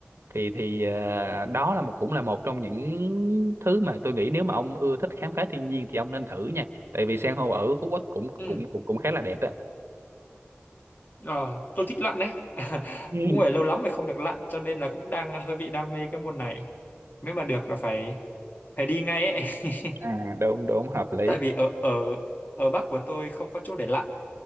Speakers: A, on the right; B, on the left.
A: thì thì ờ, đó là một cũng là một trong những thứ mà tôi nghĩ nếu mà ông ưa thích khám phá thiên nhiên thì ông nên thử nha tại vì san hô ở Phú Quốc cũng
B: Ừ.
A: cũng cũng cũng khá là đẹp đó
B: Ờ, tôi thích lặn đấy <laughs>
A: Ừ.
B: cũng phải lâu lắm rồi không được lặn cho nên là cũng đang hơi bị đam mê cái môn này nếu mà được là phải phải đi ngay ấy <laughs>
A: à đúng đúng hợp lý
B: tại vì ở ở ở Bắc của tôi không có chỗ để lặn